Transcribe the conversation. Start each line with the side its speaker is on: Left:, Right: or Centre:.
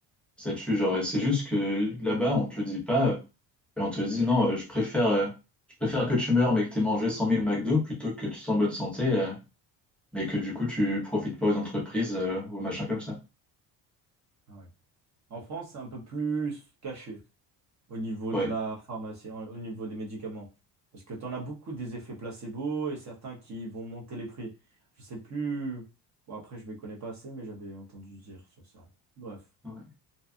Centre: ça tue. Genre, et c'est juste que là-bas, on te le dit pas. euh, Et on te dit, non, euh, je préfère, euh, je préfère que tu meurs, mais que tu aies mangé cent mille McDo plutôt que tu sois en bonne santé, euh, mais que du coup, tu profites pas aux entreprises, euh, ou aux machins comme ça.
Right: Ouais. En France, c'est un peu plus caché. au niveau
Centre: Ouais.
Right: de la pharmacie, en- au niveau des médicaments. Parce que tu en as beaucoup des effets placebo et certains qui vont monter les prix. Je sais plus. Bon, après, je ne m'y connais pas assez, mais j'avais entendu dire sur ça. Bref.
Centre: Ouais.